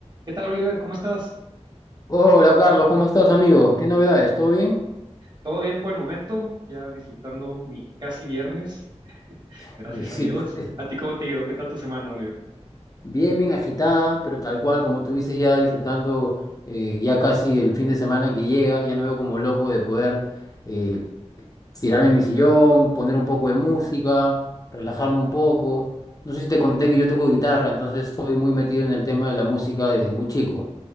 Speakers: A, on the right; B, on the left.
A: ¿Qué tal, Oliver? ¿Cómo estás?
B: Hola Carlos, ¿cómo estás, amigo? ¿Qué novedades? ¿Todo bien?
A: ¿Todo bien por el momento? Ya disfrutando mi casi viernes,
B: <laughs>
A: gracias
B: Y Sí,
A: a Dios.
B: pues
A: ¿A ti cómo te ha ido? ¿Qué tal tu semana, Oliver?
B: bien, bien agitada, pero tal cual, como tú dices, ya disfrutando eh, ya casi el fin de semana que llega, ya no veo como loco de poder eh, tirarme en mi sillón, poner un poco de música, relajarme un poco. No sé si te conté que yo toco guitarra, entonces estoy muy metido en el tema de la música desde muy chico.